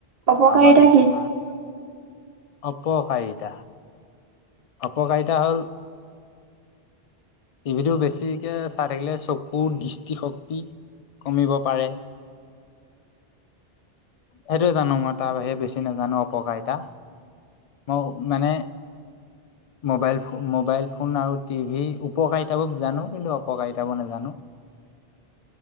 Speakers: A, on the right (about 45°); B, on the left (about 50°).
A: অপকাৰিতা
B: তাপা কিছুমান
A: কি?
B: অপকাৰিতা। অপকাৰিতা হ'ল
A: <inaudible>
B: টিভিটো বেছিকে চাই থাকিলে চকুৰ দৃষ্টিশক্তি কমিব পাৰে।
A: <inaudible>
B: সেইটোৱে জানো মই তাৰ বাহিৰে বেছি নাজানো অপকাৰিতা। ম মানে মবাইল-মোবাইল ফোন আৰু টিভি উপকাৰিতাবোৰ জানো কিন্তু অপকাৰিতাবো নাজানো।